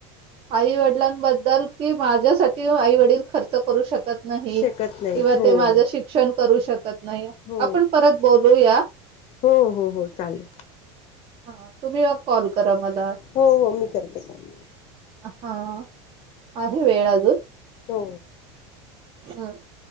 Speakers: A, on the right; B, on the left.
A: आई वडिलांबद्दल कि माझ्यासाठी आई वडील खर्च करू शकत नाही
B: शकत नाहीत
A: किंवा
B: हो
A: ते माझं शिक्षण करू शकत नाही
B: हो
A: आपण परत बोलूया
B: हो हो हो चालेल.
A: हा तुम्ही कॉल करा मला
B: हो हो मी करते कोण
A: हा आहे वेळाजून
B: हो
A: ह